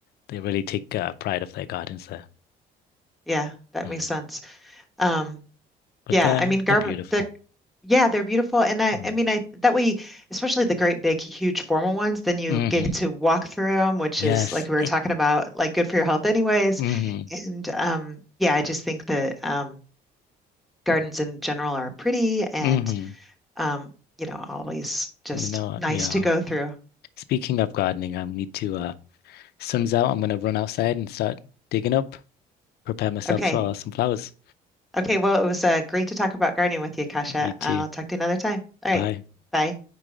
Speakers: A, on the left (about 70°); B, in the centre.
A: They really take uh, pride of their gardens there.
B: Yeah, that
A: Mm.
B: makes sense. Um
A: But
B: yeah,
A: they're
B: I mean garden
A: they're beautiful.
B: the Yeah, they're beautiful. And I,
A: Mm.
B: I mean, I that way, especially the great big, huge formal ones, then you
A: hmm
B: get to walk through them, which
A: Yes.
B: is like we were talking about, like good for your health anyways.
A: hmm
B: And um, yeah, I just think that um, gardens in general are pretty and
A: hmm
B: um, you know, always just
A: You know,
B: nice
A: yeah.
B: to go through.
A: Speaking of gardening, I need to uh, Sun's out, I'm gonna run outside and start digging up, prepare myself
B: Okay.
A: for some flowers.
B: Okay. Well, it was uh, great to talk about gardening with you, Kasha.
A: You too.
B: I'll talk to you another time. All
A: Bye.
B: right. Bye.